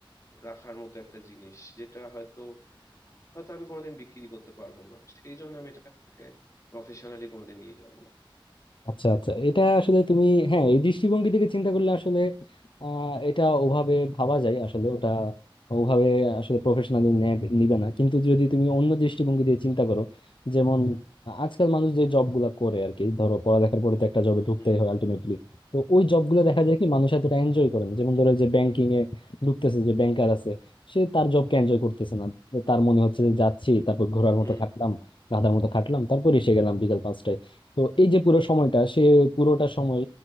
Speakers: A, on the left (about 30°); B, on the left (about 65°).
A: রাখার মতো একটা জিনিস যেটা হয়তো হয়তো আমি কোনোদিন বিক্রি করতে পারবো না সেই জন্য আমি এটাকে প্রফেশনালি কোনোদিন নিয়ে যাব না
B: আচ্ছা আচ্ছা এটা আসলে তুমি হ্যাঁ এই দৃষ্টিভঙ্গি থেকে চিন্তা করলে আসলে আহ এটা ওভাবে ভাবা যায় আসলে ওটা ওভাবে আসলে প্রফেশনালি নিবে না কিন্তু যদি তুমি অন্য দৃষ্টিভঙ্গি দিয়ে চিন্তা করো যেমন আজকাল মানুষ যে জব গুলা করে আর কি ধরো পড়ালেখার পরে তো একটা জবে ঢুকতেই
A: হুম
B: হয় আলটিমেটলি তো ওই জব গুলো
A: হুম
B: দেখা যায় কি মানুষ এতটা এনজয় করে না যেমন ধরো যে ব্যাংকিং এ ঢুকতেছে যে ব্যাংকার আছে সে তার জবকে এনজয় করতেছে
A: হুম
B: না তার মনে হচ্ছে যে যাচ্ছি তারপর ঘোড়ার
A: হুম
B: মতো খাটলাম গাধার মতো খাটলাম তারপর এসে গেলাম বিকেল পাঁচটায় তো এই যে পুরো সময়টা সে পুরোটা সময়